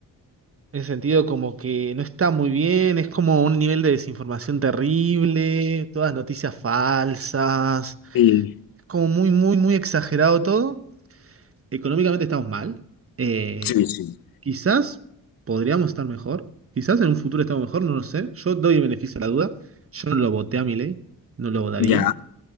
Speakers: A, on the right; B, on the left.
A: en el sentido como que no está muy bien, es como un nivel de desinformación terrible, todas noticias falsas.
B: Sí.
A: como muy, muy, muy exagerado todo. Económicamente estamos mal. Eh,
B: Sí, sí.
A: quizás podríamos estar mejor. Quizás en un futuro estamos mejor, no lo sé. Yo doy el beneficio a la duda. Yo no lo voté a Milei, no lo votaría.
B: Ya.